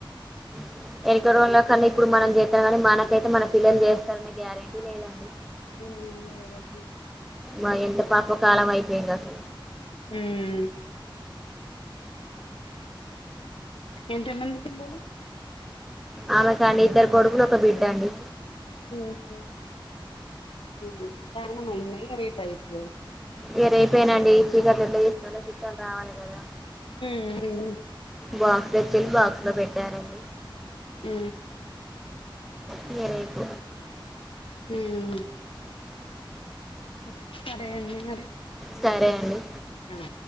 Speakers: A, in the centre; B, on the left (about 85°).
A: ఎలాంటి వాళ్లకు అన్న కన్నా ఇప్పుడు మనం చేస్తాం కానీ మనకైతే మన పిల్లలు చేస్తారనే గ్యారెంటీ లేదండి
B: ఎం లేదండి
A: మా ఎంత పాపపు కాాలమైపోయిందసలు
B: మ్ ఎంతమంది పిల్లలు
A: అమె కాండి ఇద్దరు కొడుకులు ఒక బిడ్డ అండి
B: మ్ హు మ్ దానమైదా ఇగ రేపైతది
A: ఇగ రేపేనండి చీకట్ల ఎట్ల చేస్తారు చుట్టలు రావాలే కదా
B: మ్ మ్
A: బాస్లెట్టి బాక్స్ లో పెట్టారండి
B: మ్
A: ఇగ రేపు
B: మ్ సరే సరే అండి మరి
A: సరే అండి
B: ఆ